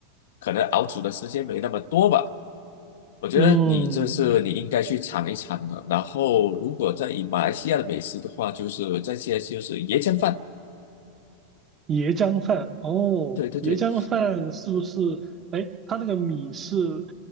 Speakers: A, on the left; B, on the right.
A: 可能熬煮的时间没那么多吧。我觉得你这是你应该去尝一尝的。
B: 嗯，
A: 然后，如果在以马来西亚的美食的话，就是这些就是椰浆饭，
B: 椰浆饭，哦，
A: 对对对，
B: 椰浆饭是不是？哎，它那个米是